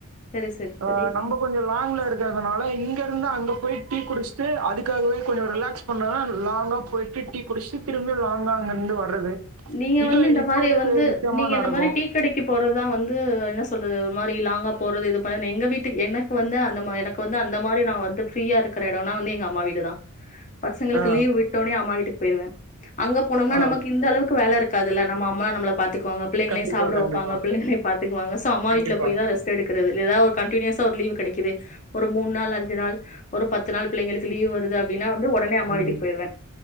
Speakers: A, on the left; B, on the right.
A: சரி, சரி,
B: அ
A: சரி.
B: நம்ப
A: ம்.
B: கொஞ்சோ லாங்ல இருக் கறதுனால இங்க இருந்து அங்க போய் டீ குடிச்சுட்டு அதுக்காகவே கொஞ்சோ ரிலாக்ஸ் பண்ணுன்னா லாங்கா போயிட்டு டீ குடிச்சுட்டு திரும்பி லாங்கா அங்கருந்து வர்றது
A: நீங்க
B: இது
A: வந்து இந்த
B: இது
A: மாரி
B: ஒரு
A: வந்து
B: விஷயமா
A: நீங்க
B: நடக்கும்.
A: இந்த மாரி டீ கடைக்கு போறதுதா வந்து என்ன சொல்றது ஒரு மாரி லாங்கா போறது இது பண் எங்க வீட்டுக்கு எனக் கு வந்து அந்த மா எனக்கு வந்து அந்த மாரி நா வந்து ஃப்ரீயா இருக்கற எடோனா வந்து எங்க அம்மா வீடு தா பசங்களுக்கு
B: ஆ,
A: லீவ் விட்டோனே அம்மா வீட்டுக்கு போயிடுவ அங்க போனோம்னா
B: ஆ.
A: நமக்கு இந்த அளவுக் கு வேல இருக்காதுல்ல நம்ம அம்மலா நம்மள பாத்துக்குவாங்க பிள்ளைங்களயு
B: கண்டிப்பா,
A: சாப்ட
B: கண்டிப்பா.
A: வப்பாங்க பிள்ளைங்களயு பாத்துக்குவாங்க சோ அம்மா
B: கண்டிப்பா.
A: வீட்ல போய் தா ரெஸ்ட் டு எடுக்கறது ஏதா ஒரு கண்டினியூஸ்ஸா ஒரு லீவ் கெடைக்குது ஒரு மூண் நாள் அஞ்சு நாள் ஒரு பத்து நாள் பிள்ளைங்களுக் கு லீவ் வருது அப்டினா வந்து ஒடனே அம்மா
B: ம்.
A: வீட்டுக்கு போயிருவே